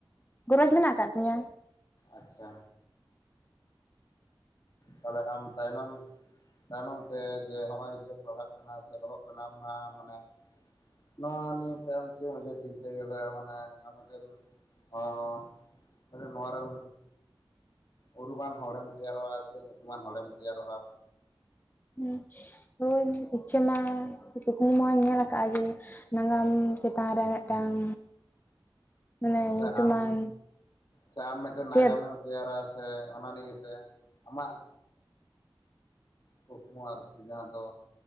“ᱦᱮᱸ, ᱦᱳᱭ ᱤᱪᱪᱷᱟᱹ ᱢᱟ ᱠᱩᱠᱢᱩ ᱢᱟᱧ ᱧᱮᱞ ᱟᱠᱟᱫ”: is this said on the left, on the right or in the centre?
Left